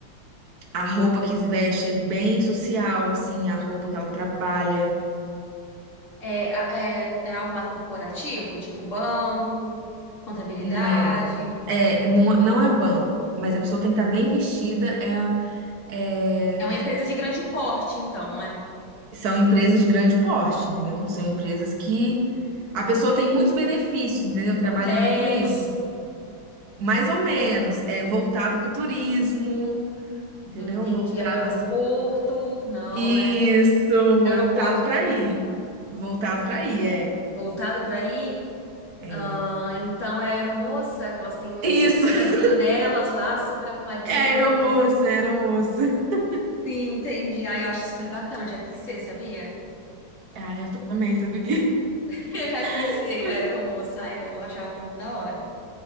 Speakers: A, on the right; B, on the left.
A: A roupa que se veste é bem social, assim, a roupa que ela trabalha.
B: É, a- é, é algo mais corporativo, tipo banco, contabilidade.
A: Não, é, não, não é banco, mas a pessoa tem que estar bem vestida, é,
B: É
A: é
B: uma empresa de grande porte, então, né?
A: são empresas de grande porte, entendeu? São empresas que a pessoa tem muitos benefícios, entendeu? Trabalhando
B: Hotéis.
A: com isso. Mais ou menos, é
B: Hum,
A: voltado para o turismo, entendeu?
B: Entendi.
A: Voltado
B: Aeroporto.
A: assim.
B: Não,
A: Isso,
B: né?
A: voltado
B: Aeroporto,
A: para aí.
B: né?
A: Voltado para aí, é,
B: Voltado para aí?
A: é.
B: Ah, então é a aeromoça, que elas têm o
A: Isso,
B: lookzinho
A: <laughs>
B: delas lá, super arrumadinho,
A: é aeromoça,
B: topzinho.
A: é aeromoça. <laughs>
B: Sim, entendi. Ah, eu acho super bacana, eu já quis ser, sabia?
A: Ah, eu também, sabia?
B: <laughs> Eu já quis
A: <laughs>
B: ser a aeromoça, ah, eu achava muito da hora.